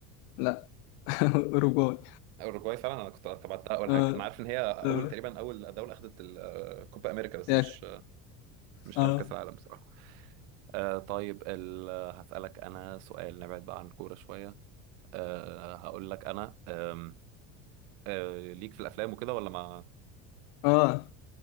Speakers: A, on the left (about 85°); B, on the right (about 85°).
A: لا <laughs> أوروغواي
B: اوروجواي فعلا انا كنت تبعتها اول
A: اه
B: حاجة انا عارف ان هي اول
A: اه
B: تقريبا اول دولة اخذت الكوبا امريكا بس
A: ياك.
B: مش مش
A: اه
B: عارف كأس العالم بصراحة آه طيب ال... هسألك انا سؤال نبعد بقى عن الكورة شوية أه هقول لك انا أم، أه ليك في الافلام وكده ولا ما
A: اه